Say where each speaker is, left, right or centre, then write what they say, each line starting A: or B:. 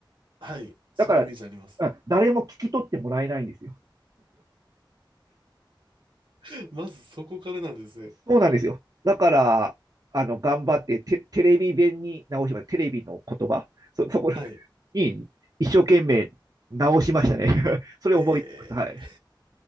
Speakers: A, on the right; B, on the right.
A: はい、そのイメージあります。
B: だから、あ誰も聞き取ってもらえないんですよ。
A: <laughs> まずそこからなんですね。
B: そうなんですよ。だから、あの、頑張ってテ、テレビ弁に直しました。テレビの言葉、そ、そこ
A: はい。
B: に一生懸命直しましたね。<laughs> それを思いつしました。
A: へえ、
B: はい。